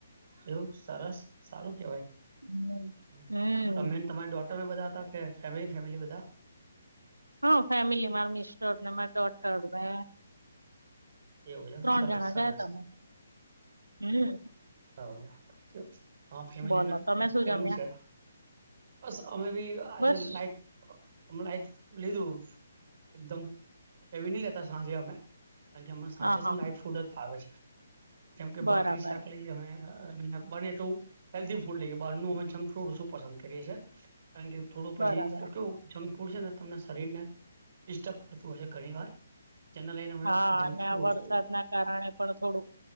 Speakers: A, on the right; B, on the right.
A: એવું સરસ સારું કેવાય
B: હમ હમ
A: તમે તમારી ડોટરને બધા અતા કે ફેમિલી ફેમિલી બધા
B: હ ફેમિલી મારા મિસ્ટર ને મારી ડોટર ને
A: એવું એમ
B: ત્રણ
A: સરસ
B: જણા
A: સરસ
B: ગયા તમે હમ્મ
A: અ તમાર ફેમિલી
B: બોલો
A: ના
B: તમે શું
A: કેમનું
B: જમ્યા
A: છે. બસ અમે બી આજે
B: બસ
A: લાઈટ અમણા એકશ લીધું એકદમ હેવી નહી લેતા સાંજે અમે કારણ કે હમણા સાંજે
B: હા હા
A: છેને લાઈટ ફૂડ જ ભાવે છે કેમ કે
B: બરાબર
A: ભાખરી શાક નહિ અમે બને એટલું હેલ્ધી ફૂડ લઈએ બારનું અમે જંક ફ્રૂડ ઓશું પસંદ કરીએ છીએ. કારણ કે થોડું
B: બરાબર
A: પછી કેટલું જંક ફૂડ છે ને તમને શરીર ને ડિસ્ટર્બ કરતું હયશે ઘણી વાર જેને લઈને અમે
B: હા
A: જંક
B: અને
A: ફૂડ
B: આ વરસાદ
A: ઓછું
B: ના કારણે પણ થોડુંક